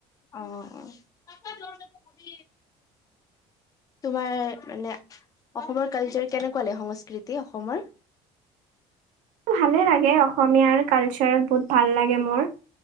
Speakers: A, on the left; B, on the right.
A: অ অ আ অহ কি তোমাৰ মানে অসমৰ কালচাৰ কেনেকুৱা লাগে সংস্কৃতি অসমৰ
B: ভালে লাগে অসমীয়াৰ কালচাৰ বহুত ভাল লাগে মোৰ